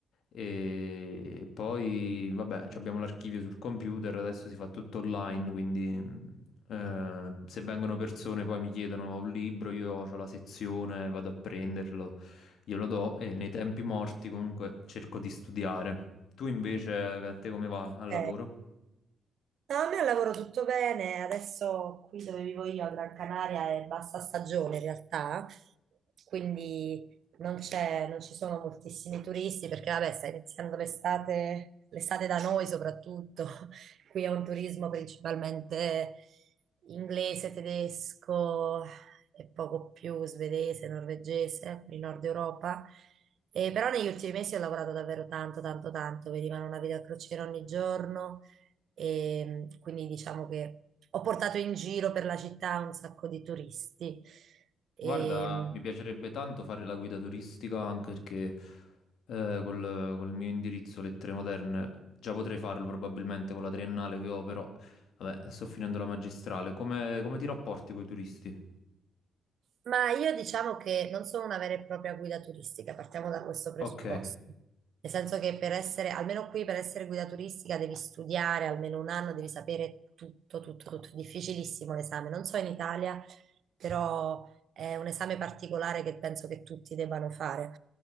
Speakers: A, on the left; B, on the right.
A: E poi, vabbè, ci abbiamo l'archivio sul computer, adesso si fa tutto online, quindi. Eh, se vengono persone poi mi chiedono un libro, io ho la sezione, vado a prenderlo, glielo do e nei tempi morti comunque cerco di studiare. Tu invece, a te come va
B: Ok.
A: al lavoro?
B: No, a me al lavoro tutto bene, adesso qui dove vivo io a Gran Canaria è bassa stagione in realtà, quindi non c'è, non ci sono moltissimi turisti perché vabbè sta iniziando l'estate, l'estate da noi soprattutto, <laughs> qui è un turismo principalmente inglese, tedesco e poco più svedese, norvegese, il nord Europa. E però negli ultimi mesi ho lavorato davvero tanto, tanto, tanto, vedevano una vita a crociera ogni giorno e quindi diciamo che ho portato in giro per la città un sacco di turisti. E,
A: Guarda, mi piacerebbe tanto fare la guida turistica anche perché eh, col, col mio indirizzo Lettere Moderne già potrei farlo probabilmente con la triennale che ho, però vabbè, sto finendo la magistrale. Come, come ti rapporti con i turisti?
B: Ma io diciamo che non sono una vera e propria guida turistica, partiamo da questo presupposto.
A: Ok.
B: Nel senso che per essere, almeno qui per essere guida turistica devi studiare almeno un anno, devi sapere tutto, tutto, tutto. È difficilissimo l'esame. Non so in Italia, però è un esame particolare che penso che tutti debbano fare.